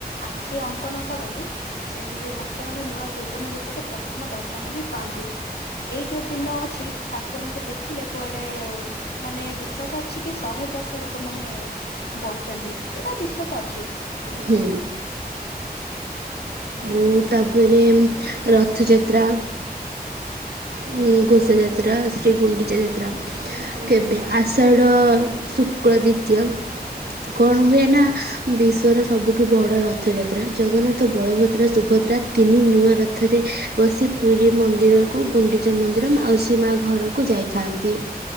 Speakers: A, on the left; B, on the right.
A: ଆ କିଏ ଅଙ୍କନ କରନ୍ତି ସେମିତି ଭକ୍ତମାନେ ନୂଆ ଯୌବନ ରୂପରେ ପ୍ରଥମ ଦର୍ଶନ ବି ପାଆନ୍ତି। ଏଇ ଯୋଉ ଦିନ ଅଛି ଠାକୁରଙ୍କୁ ଦେଖିଲେ କୁଆଡେ ମାନେ ବିଶ୍ଵାସ ଛିକି ଶହେ ବର୍ଷ ଲୋକମାନେ ବଞ୍ଚନ୍ତି ଏଟା ବିଶ୍ଵାସ ଅଛି।
B: ହୁଁ। ମୁଁ ତା ପରେ ରଥ ଯାତ୍ରା ହଁ ଘୋସା ଯାତ୍ରା ଶ୍ରୀଗୁଣ୍ଡିଚା ଯାତ୍ରା।
A: ହଁ।
B: କେବେ ଆଷାଢ଼ ଶୁକ୍ଳ ଦ୍ଵିତୀୟ କଣ ହୁଏ ନା ବିଶ୍ଵର ସବୁଠୁ ବଡ ରଥଯାତ୍ରା ଜଗନ୍ନାଥ ବଳଭଦ୍ର ସୁଭଦ୍ରା ତିନି ନୂଆ ରଥରେ ବସି ପୁରୀ ମନ୍ଦିରକୁ ଗୁଣ୍ଡିଚା ମନ୍ଦିର ମାଉସୀ ମା ଘରକୁ ଯାଇଥାନ୍ତି